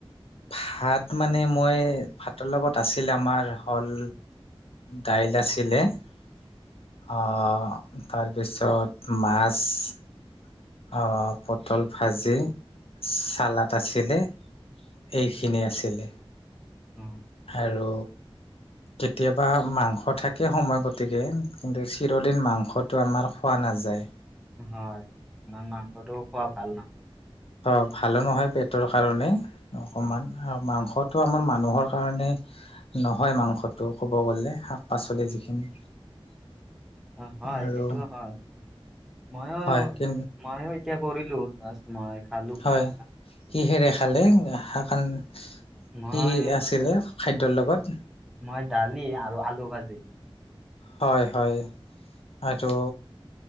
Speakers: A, on the left (about 75°); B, in the centre.
A: ভাত মানে মইয়ে ভাতৰ লগত আছিল আমাৰ হল ডাইল আছিলে <unintelligible> অ তাৰপিছত মাছ। <unintelligible> অঅঅ পটল ভাজি চালাড আছিলে। এইখিনি আছিলে।
B: অ
A: আৰু
B: ঠিক
A: কেতিয়াবা মাংস থাকে সময় গতিকে, কিন্তু চিৰদিন মাংসটো আমাৰ খোৱা নাই <unintelligible> না যায়।
B: হয়, ইমান মাংসটোও খোৱা ভাল নহয়।
A: অ ভালো নহয় পেটৰ কাৰণে অকমান
B: অ
A: আৰু মাংসত তো আমাৰ মানুহৰ কাৰণে নহয় মাংসটো ক'ব গ'লে শাক পাচলি যিখিনি
B: <inaudible> অ হয়
A: আৰু
B: সেইটোও হয় ময়ো
A: হয় কি
B: ময়ো এতিয়া কৰিলো জাষ্ট মই খালো ভাত
A: হয়
B: ভাত
A: কিহেৰে খালে শাকখন
B: মই
A: কি আছিলে খাদ্যৰ লগত
B: মই ডালি আৰু আলু ভাজি।
A: হয় হয়, আৰু